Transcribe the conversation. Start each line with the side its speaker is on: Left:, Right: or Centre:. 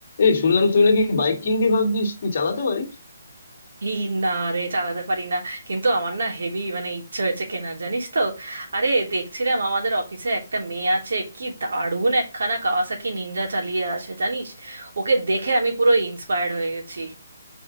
Left: এই শুনলাম তুই নাকি বাইক কিনবি ভাবছিস তুই চালাতে পারিস
Right: এই না রে চালাতে পারি না কিন্তু আমার না হেভি মানে ইচ্ছে হয়েছে কেনার জানিস তো আরে দেখছিলাম আমাদের অফিসে একটা মেয়ে আছে কি দারুণ একখানা কাওয়াসাকি নিনজা চালিয়ে আসে জানিস ওকে দেখে আমি পুরো ইন্সপায়ার্ড হয়ে গেছি